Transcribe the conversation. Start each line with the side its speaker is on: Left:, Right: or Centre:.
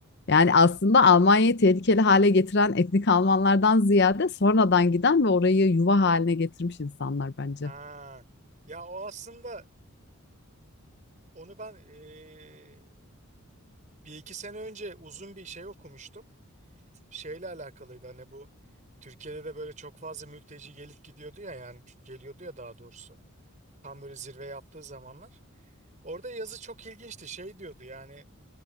Left: yani aslında Almanya'yı tehlikeli hale getiren etnik Almanlardan ziyade sonradan giden ve orayı yuva haline getirmiş insanlar bence.
Right: Ha. Ya o aslında onu ben eee, bir iki sene önce uzun bir şey okumuştum. Şeyle alakalıydı hani bu Türkiye'de de böyle çok fazla mülteci gelip gidiyordu ya yani geliyordu ya daha doğrusu. Tam böyle zirve yaptığı zamanlar. Orada yazı çok ilginçti. Şey diyordu yani